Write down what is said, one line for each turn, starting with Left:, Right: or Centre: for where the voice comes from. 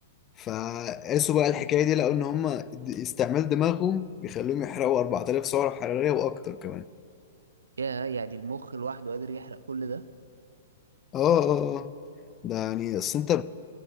Left: فقاسوا بقى الحكاية دي لقوا إن هم د- استعمال دماغهم بيخليهم يحرقوا 4000 سعرة حرارية وأكتر كمان
Right: يا يعني المخ لوحده قادر يحرق كل ده
Left: اه اه اه ده يعني اصل انت